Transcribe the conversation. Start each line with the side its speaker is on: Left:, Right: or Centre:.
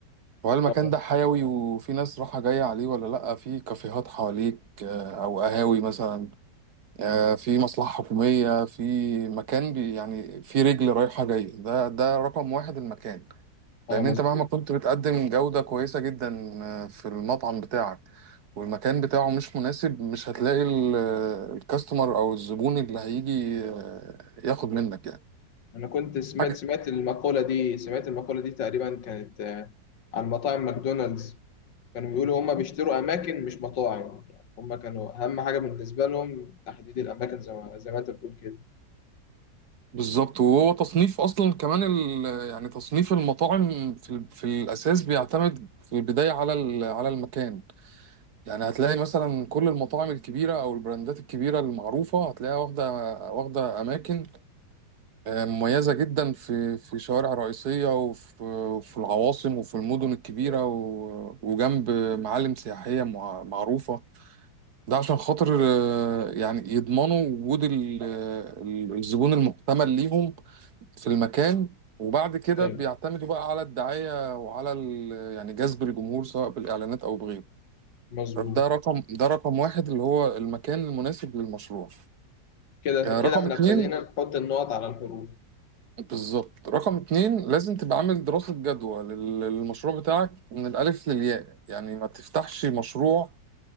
Right: وهل المكان
Left: اه
Right: ده حيوي وفي ناس راحة جاية عليه ولا لأ في كافيهات حواليك آه، أو قهاوي مثلا آه، في مصلحة حكومية في مكان بي يعني في رجل رايحة جاية ده ده رقم واحد المكان
Left: اه
Right: لان
Left: مظبوط
Right: انت مهما كنت بتقدم جودة كويسة جدا آه، في المطعم بتاعك والمكان بتاعه مش مناسب مش هتلاقي ال- الكاستمر او الزبون اللي هيجي آه، ياخد منك يعني
Left: أنا كنت سمعت
Right: حاجة
Left: سمعت المقولة دي سمعت المقولة دي تقريبا كانت آه، عن مطاعم ماكدونالدز كانوا بيقولوا هما بيشتروا أماكن مش مطاعم يعني هما كانوا أهم حاجة بالنسبة لهم تحديد الأماكن زي ما زي ما أنت بتقول كده
Right: بالظبط وهو تصنيف اصلا كمان ال... آه، يعني تصنيف المطاعم في, ال... في الاساس بيعتمد في البداية على ال... على المكان يعني هتلاقي مثلا كل المطاعم الكبيرة او البراندات الكبيرة المعروفة هتلاقيها واخدة واخدة اماكن آه، مميزة جدا في في شوارع رئيسية وفي في العواصم وفي المدن الكبيرة و- وجنب معالم سياحية مع- معروفة ده عشان خاطر آه، يعني يضمنوا وجود ال- ال- الزبون المحتمل ليهم في المكان وبعد كده
Left: أيوه
Right: بيعتمدوا بقى على الدعاية وعلى ال- يعني جذب الجمهور سواء بالإعلانات أو بغيره
Left: مظبوط
Right: ده رقم ده رقم واحد اللي هو المكان المناسب للمشروع
Left: كده
Right: آه،
Left: كده
Right: رقم
Left: إحنا
Right: اتنين
Left: ابتدينا نحط النقط على الحروف
Right: بالظبط رقم اتنين لازم تبقى عامل دراسة جدوى لل- للمشروع بتاعك من الألف للياء يعني ما تفتحش مشروع